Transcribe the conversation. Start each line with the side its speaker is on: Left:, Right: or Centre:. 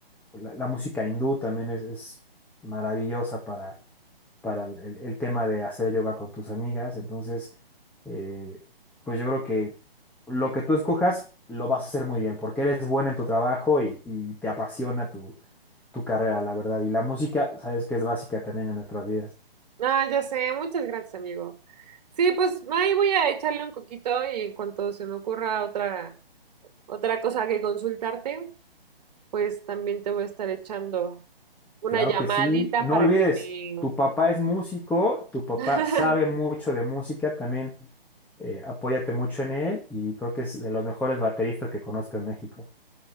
Centre: la, la música hindú también es, es maravillosa para, para el, el tema de hacer yoga con tus amigas. Entonces, eh, pues yo creo que lo que tú escojas lo vas a hacer muy bien, porque eres buena en tu trabajo y, y te apasiona tu, tu carrera, la verdad. Y la música, sabes que es básica también en nuestras vidas.
Right: Ah, ya sé, muchas gracias, amigo. Sí, pues ahí voy a echarle un coquito y en cuanto se me ocurra otra, otra cosa que consultarte, pues también te voy a estar echando una
Centre: Claro
Right: llamadita
Centre: que sí. Y No
Right: para
Centre: olvides,
Right: que me,
Centre: tu papá es músico, tu papá
Right: <laughs>
Centre: sabe mucho de música también. eh, apóyate mucho en él y creo que es de los mejores bateristas que conozco en México.